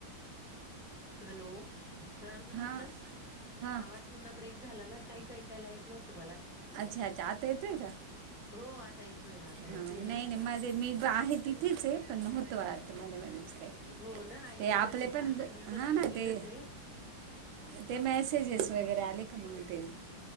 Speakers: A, in the centre; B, on the right.
A: हॅलो हा मी
B: हां
A: म्हटलं
B: हां
A: आवाज पुन्हा ब्रेक झाला ना काहीच ऐकायला येत नव्हतं मला
B: अच्छा जात येते का
A: हो आता येतोय आता
B: हा
A: येतोय.
B: नाही नाही मध्ये मी आहे तिथेच आहे पण होतं वार्त मध्ये मध्येच काय?
A: हो ना आहे
B: ते
A: तिथंच
B: आपले
A: आहे
B: पण
A: का मी पण
B: हा
A: आहे
B: ना
A: तिथंच
B: ते
A: आहे.
B: ते मेसेजेस वगैरे आले का मग ते